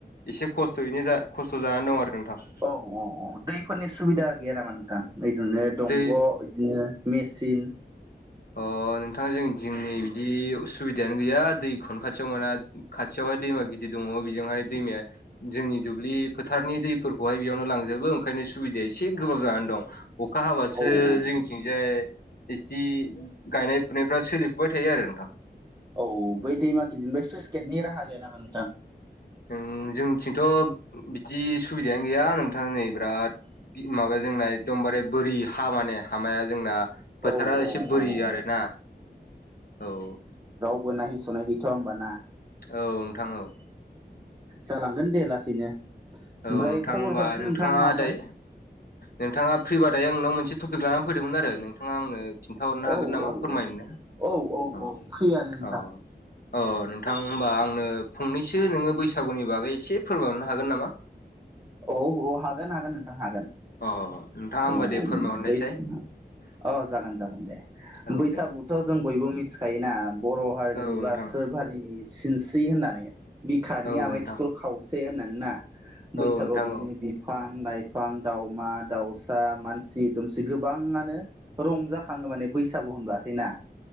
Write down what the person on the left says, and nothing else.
एसे खस्थ'यैनो जा खस्थ' जानानै दं आरो नोंथां
दै
अ नोंथां जोंनिथिं नै बिदि सुबिदायानो गैया दैखौनो खाथियाव मोना खाथियावहाय दैमा गिदिर दङ बेजोंहाय दैमाया जोंनि दुब्लि फोथारनि दैफोरखौहाय बेयावनो लांजोबो ओंखायनो सुबिदाया एसे गोब्राब जानानै दं अखा हाबासो
जोंनिथिंजाय बिसथि गायनाय फुनायफ्रा सोलिफुबाय थायो आरो नोंथां
ओम जोंनिथिंथ' बिदि सुबिदायानो गैया नोंथां नै बिराद माबाया जोंना एखदमबारे बोरि हा माने हामाया जोंना बोथारा
एसे
बोरि
आरोना
औ
औ नोंथां औ
औ नोंथां
होमबा नोंथाङा
दाय नोंथाङा फ्रिबा दायो आंनाव मोनसे टपिक लानानै फैदोंमोन आरो नोंथाङा आंनो खिन्थााहरनो हागोन
नामा
फोरमायनो
औ
औ अ नोंथां होमबा आंनो फंनैसो नोङो बैसागुनि बागै एसे फोरमायनो हागोन नामा
अ नोंथाङा होमबा
दे फोरमायहरनायसाय
औ
दे
औ
नोंथां
औ
नोंथां
औ नोंथां
औ